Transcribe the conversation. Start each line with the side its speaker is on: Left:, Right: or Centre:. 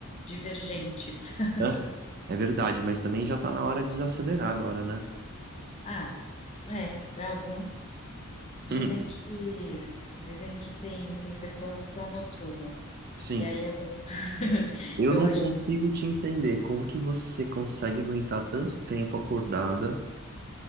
Left: divergentes. <laughs>
Right: Hã? É verdade, mas também já tá na hora de desacelerar agora, né?
Left: Ah, é, para alguns. Dizem
Right: <laughs>
Left: que dizem que tem, tem pessoas que são noturnas.
Right: Sim.
Left: E aí agora, <laughs>
Right: Eu
Left: eu
Right: não
Left: acho
Right: consigo
Left: que.
Right: te entender como que você consegue aguentar tanto tempo acordada